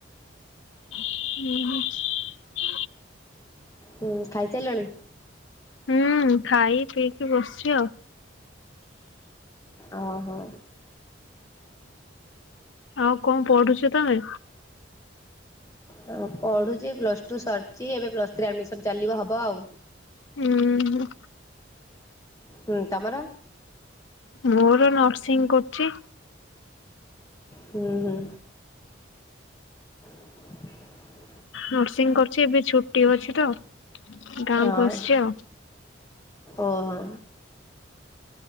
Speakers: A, on the left; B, on the left.
A: ହୁଁ <inaudible>
B: ହୁଁ ଖାଇ ସାରିଲଣି।
A: ହୁଁ ଖାଇ ପିଇକି ବସିଛି ଆଉ,
B: ଓ ହୋ,
A: ଆଉ କଣ ପଢୁଛ ତମେ?
B: ହଁ ପଢୁଛି ପ୍ଲସ୍ ଟୁ ସରିଛି ଏବେ ପ୍ଲସ୍ ଥ୍ରୀ ଆଡମିସନ ଚାଲିବ ହବ ଆଉ।
A: ହୁଁ
B: ହୁଁ ତମର।
A: ମୋର ନର୍ସିଂ କରୁଛି।
B: ହୁଁ ହୁଁ <inaudible>
A: ନର୍ସିଂ କରୁଛି ଏବେ ଛୁଟି ଅଛି ତ। ଗାଁକୁ
B: ହଁ
A: ଆସିଛି ଆଉ।
B: ଓହୋ,